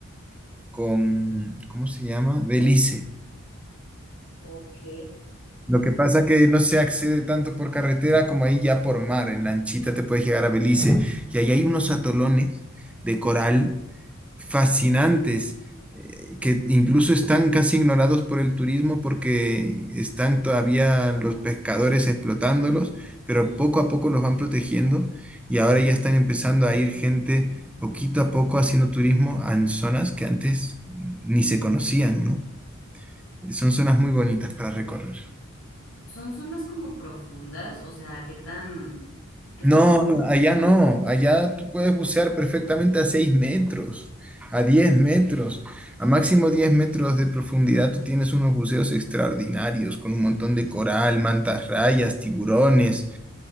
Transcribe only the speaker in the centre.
con, ¿cómo se llama? Belice.
Lo que pasa que no se accede tanto por carretera como ahí ya por mar. En lanchita te puedes llegar a Belice. Y ahí hay unos atolones de coral fascinantes, eh, que incluso están casi ignorados por el turismo porque están todavía los pescadores explotándolos, pero poco a poco los van protegiendo y ahora ya están empezando a ir gente poquito a poco haciendo turismo en zonas que antes ni se conocían, ¿no? Son zonas muy bonitas para recorrer.
No,
no, allá no, allá tú puedes bucear perfectamente a 6 metros, a 10 metros, a máximo 10 metros de profundidad tú tienes unos buceos extraordinarios con un montón de coral, mantas rayas, tiburones.